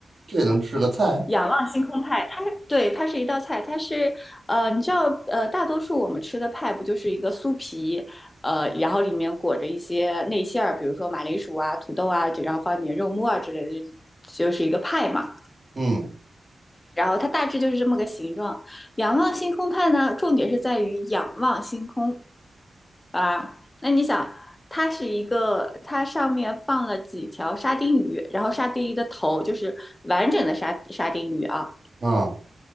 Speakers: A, on the right; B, on the left.
A: 这能吃个菜？
B: 仰望星空派，它对，它是一道菜，它是呃，你知道呃，大多数我们吃的派不就是一个酥皮，呃，然后里面裹着一些内馅儿，比如说马铃薯啊、土豆啊，然后放点肉末啊之类的，就就是一个派嘛。
A: 嗯
B: 然后它大致就是这么个形状。仰望星空派呢，重点是在于仰望星空啊。那你想，它是一个，它上面放了几条沙丁鱼，然后沙丁鱼的头就是完整的沙沙丁鱼啊，
A: 啊，